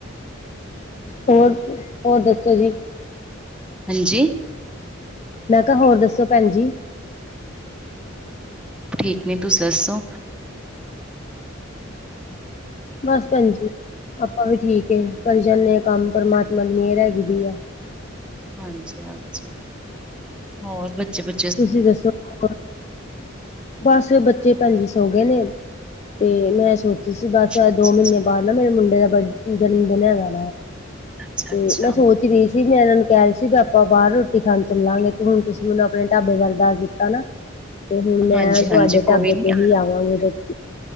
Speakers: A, on the left (about 35°); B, in the centre.
A: ਹੋਰ ਹੋਰ ਦੱਸੋ ਜੀ
B: ਹਾਂਜੀ
A: ਮੈਂ ਕਿਹਾ ਹੋਰ ਦੱਸੋ ਭੈਣ ਜੀ
B: ਠੀਕ ਨੀ ਤੁਸੀਂ ਦੱਸੋ
A: ਬਸ ਭੈਣ ਜੀ ਆਪਾਂ ਵੀ ਠੀਕ ਹੈ ਕਰੀ ਜਾਂਦੇ ਹਾਂ ਕੰਮ ਪਰਮਾਤਮਾ ਦੀ ਮਿਹਰ ਹੈਗੀ ਦੀ ਆ
B: ਹਾਂਜੀ ਹਾਂਜੀ ਹੋਰ ਬੱਚੇ ਬੱਚੇ
A: ਤੁਸੀਂ ਦੱਸੋ ਹੋਰ ਬਸ ਬੱਚੇ ਭੈਣ ਜੀ ਸੌ ਗਏ ਨੇ ਤੇ ਮੈਂ ਸੋਚ ਤੁਸੀਂ ਬਸ
B: ਅੱਛਾ
A: ਦੋ ਮਹੀਨੇ
B: ਅੱਛਾ
A: ਬਾਅਦ ਨਾ ਮੇਰੇ ਮੁੰਡੇ ਦਾ ਜਨਮ ਦਿਨ ਹੈਗਾ।
B: ਅੱਛਾ
A: ਤੇ
B: ਅੱਛਾ
A: ਮੈਂ ਸੋਚ ਰਹੀ ਸੀ ਮੈਂ ਇਹਨਾਂ ਨੂੰ ਕਹਿ ਰਹੀ ਸੀ ਵੀ ਆਪਾਂ ਬਾਹਰ ਰੋਟੀ ਖਾਣ ਚੱਲਾਂਗੇ ਤੇ ਹੁਣ ਤੁਸੀਂ ਮੈਨੂੰ ਆਪਣੇ ਢਾਬੇ ਵੱਲ ਦੱਸ ਦਿੱਤਾ ਨਾ ਤੇ ਹੁਣ ਮੈਂ
B: ਹਾਂਜੀ-ਹਾਂਜੀ
A: ਤੁਹਾਡੇ
B: ਕੋਈ
A: ਢਾਬੇ
B: ਨੀ
A: ਤੇ ਹੀ ਆਵਾਂਗੀ ਰੋਟੀ